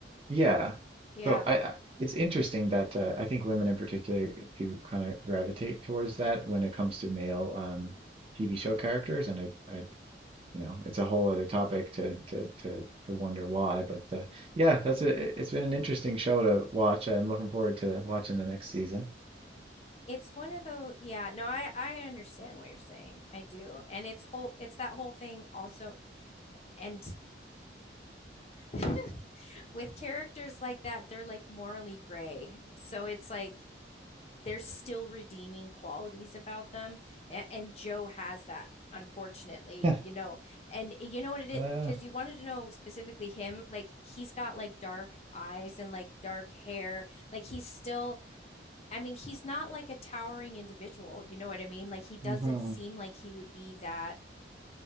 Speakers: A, on the right (about 30°); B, on the left (about 35°).
A: yeah.
B: Yeah.
A: So I, I it's interesting that uh, I think women in particular do kind of gravitate towards that when it comes to male um, TV show characters, and I, I, you know, it's a whole other topic to to to to wonder why. But uh, yeah, that's a, it's been an interesting show to watch. I'm looking forward to watching the next season.
B: It's one of those, yeah, no, I I understand what you're saying. I do. And it's whole it's that whole thing also and <laughs> with characters like that, they're like morally gray. So it's like there's still redeeming qualities about them. And, and Joe has that, unfortunately,
A: <laughs>
B: you know. And eh, you know what it is?
A: Uh,
B: Because you wanted to know specifically him, like he's got like dark eyes and like dark hair. Like he's still, I mean, he's not like a towering individual. You know what I mean? Like he doesn't
A: mhm,
B: seem like he would be that